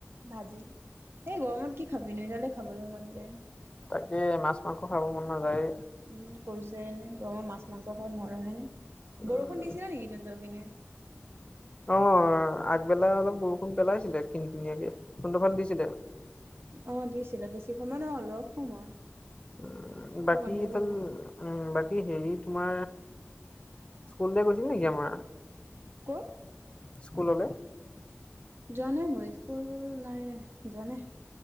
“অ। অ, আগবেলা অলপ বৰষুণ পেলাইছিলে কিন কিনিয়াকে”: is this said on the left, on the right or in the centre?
Left